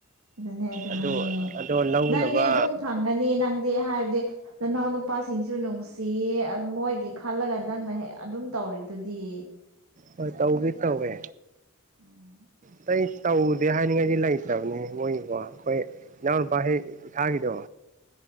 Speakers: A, on the right (about 80°); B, on the right (about 35°).
A: ꯑꯗꯨꯅꯦ ꯑꯗꯨꯅꯦ
B: ꯑꯗꯨ ꯑꯗꯣ ꯂꯧꯅꯕ
A: ꯅꯪꯗꯤ ꯑꯗꯨꯝ ꯐꯪꯉꯅꯤ ꯅꯪꯗꯤ ꯍꯥꯏꯔꯗꯤ ꯅꯅꯥꯎ ꯅꯨꯄꯥꯁꯤꯡꯁꯨ ꯅꯨꯡꯁꯤꯌꯦ ꯃꯣꯏꯒꯤ ꯈꯜꯂꯒ ꯅꯪꯅ ꯍꯦꯛ ꯑꯗꯨꯝ ꯇꯧꯔꯤꯗꯨꯗꯤ
B: ꯍꯣꯏ ꯇꯧꯒꯦ ꯇꯧꯋꯦ
A: ꯑꯣ
B: ꯑꯇꯩ ꯇꯧꯗꯦ ꯍꯥꯏꯅꯤꯡꯉꯥꯏꯗꯤ ꯂꯩꯇꯕꯅꯤ ꯃꯣꯏꯒꯤꯕꯣ ꯑꯩꯈꯣꯏ ꯏꯅꯥꯎꯅꯨꯄꯥ ꯍꯦꯛ ꯏꯁꯥꯒꯤꯗꯣ